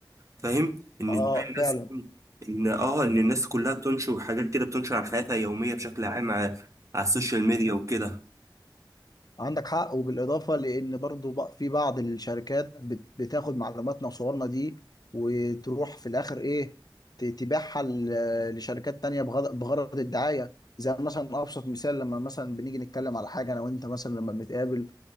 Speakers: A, on the right; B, on the left.
A: فاهم ان
B: اه
A: تلاقي الناس
B: فعلا
A: ان اه ان الناس كلها بتنشر حاجات كده بتنشر عن حياتها اليوميه بشكل عام على, على السوشيال ميديا وكده
B: عندك حق وبالإضافة لأن برضو بق- في بعض الشركات بت- بتاخد معلوماتنا وصورنا دي وتروح في الآخر إيه ت- تبيعها ل- لشركات تانية بغض- بغرض الدعاية زي مثلا أبسط مثال لما مثلا بنيجي نتكلم على حاجة أنا وأنت مثلا لما بنتقابل